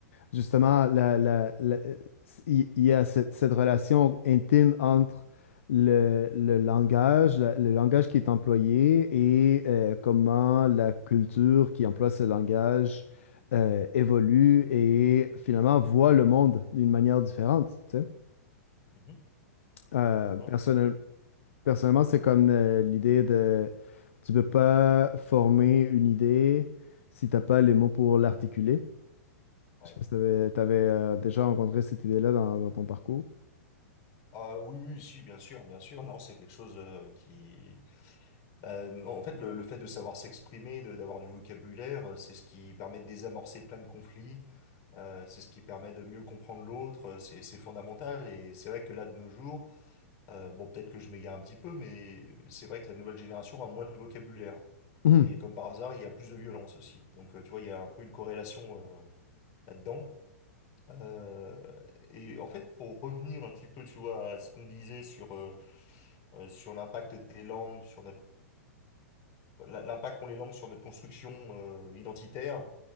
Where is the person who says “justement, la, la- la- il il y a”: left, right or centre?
Left